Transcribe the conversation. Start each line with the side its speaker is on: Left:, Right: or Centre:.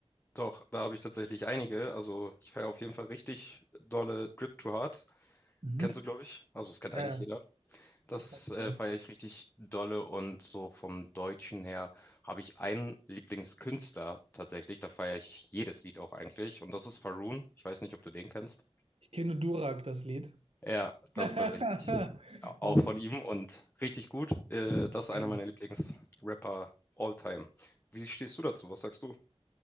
Left: Doch, da habe ich tatsächlich einige. Also ich feiere auf jeden Fall richtig dolle Drip to Hard.
Right: Mhm.
Left: Kennst du, glaube ich? Also es kennt
Right: Ja,
Left: eigentlich
Right: ja,
Left: jeder. Das
Right: das sagt
Left: äh,
Right: man.
Left: feiere ich richtig dolle und so vom Deutschen her habe ich einen Lieblingskünstler tatsächlich. Da feiere ich jedes Lied auch eigentlich. Und das ist Faroon. Ich weiß nicht, ob du den kennst.
Right: Ich kenne Durak, das Lied.
Left: Ja,
Right: <laughs>
Left: das
Right: Das
Left: tatsächlich a auch von
Right: ist
Left: ihm und richtig gut. Äh, das ist einer
Right: länger.
Left: meiner Lieblingsrapper all time. Wie stehst du dazu? Was sagst du?